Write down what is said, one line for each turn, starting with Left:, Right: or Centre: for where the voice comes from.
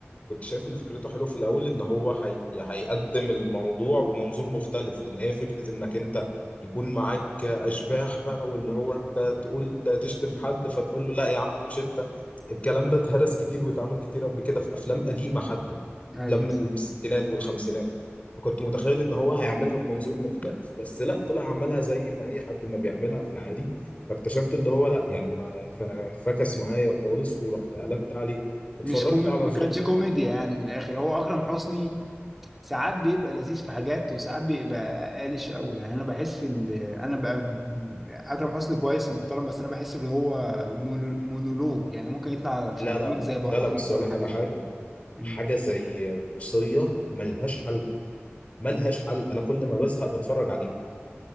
Left: كنت شايف ان فكرته حلوه في الاول ان هو هي... هيقدم الموضوع بمنظور مختلف لان هي فكره انك انت يكون معاك اشباح بقى واللي هو انت تقول تشتم حد فتقول له لا يا عم مش انت الكلام ده اتهرس كتير واتعمل كتير قبل كده في افلام قديمه حتى
Centre: لا
Left: افلام
Centre: ايوه
Left: من
Centre: صح
Left: الستينات والخمسينات فكنت متخيل ان هو هيعملها بمنظور مختلف بس لا طلع عملها زي ما اي حد ما بيعملها في العادي فاكتشفت اللي هو لا يعني ما ف- فكس معايا خالص ورحت قلبت عليه اتفرجت
Centre: مش كوم... ما
Left: على ظلم
Centre: كانتش كوميديا يعني من الاخر هو اكرم حسني ساعات بيبقى لذيذ في حاجات وساعات بيبقى قالش قوي يعني انا بحس ان انا بقى اكرم حسني كويس ومحترم بس انا بحس ان هو مون- مونولوج يعني ممكن يطلع في
Left: لا
Centre: برامج
Left: لا
Centre: زي ابو
Left: لا
Centre: حفيظه
Left: لا بس اقول
Centre: والحاجات
Left: لك على حاجه
Centre: دي مم.
Left: حاجه زي الوصيه ملهاش حل ملهاش حل انا كل ما بزهق بتفرج عليه